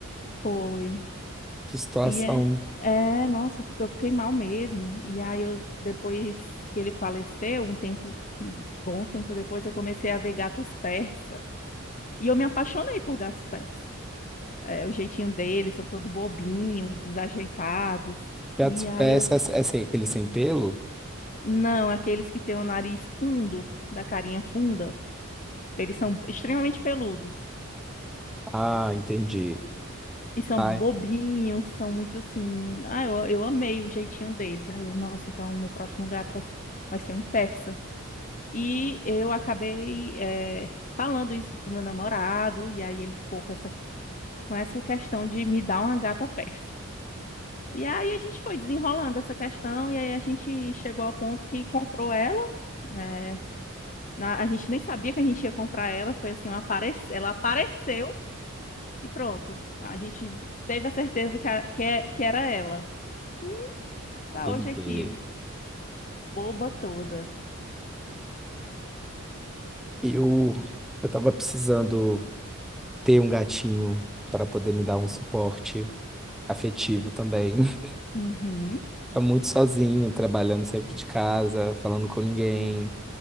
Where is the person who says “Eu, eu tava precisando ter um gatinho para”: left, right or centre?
Centre